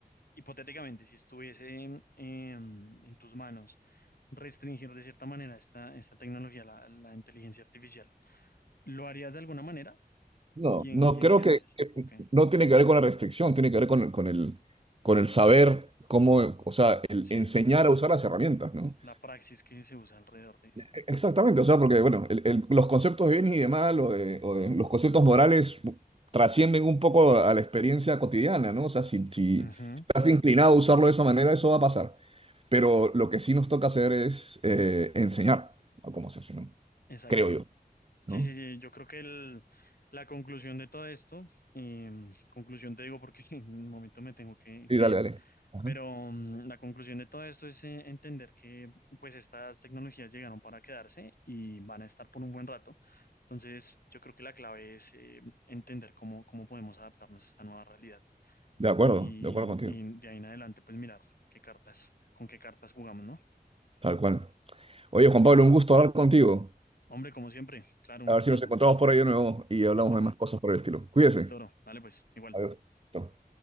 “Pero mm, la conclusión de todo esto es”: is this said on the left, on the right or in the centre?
Left